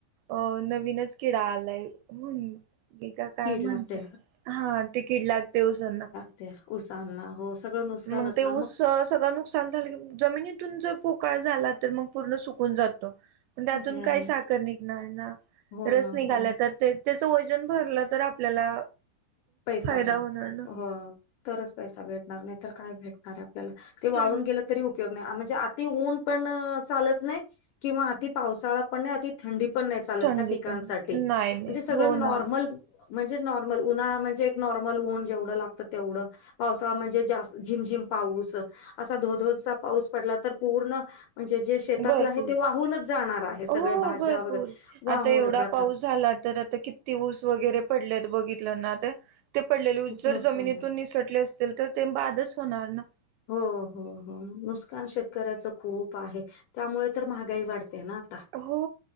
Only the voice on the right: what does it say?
अ नवीनच किडा आलाय होून का काय
म्हणत हा तिकीट लागते उसांना
मग ते
ऊस सगळं नुकसान झालं की जमिनीतून जर पोकाळ झाला तर मग पूर्ण सुकून जातो पण त्यातून
काय
साखर निघणार ना
रस
निघाला
तर ते त्याचं वजन भरलं तर आपल्याला
फायदा
होणार ना
छान आहे.
थंडी
पण नाही नाही
हो ना
भरपूर
हो
भरपूर
आता एवढा
पाऊस झाला तर आता क त ऊस वगैरे पडले बघितलं ना ते पडले ऊस
जर
जमिनीतून
निसटले अस असल तर ते बादच होणार ना
हो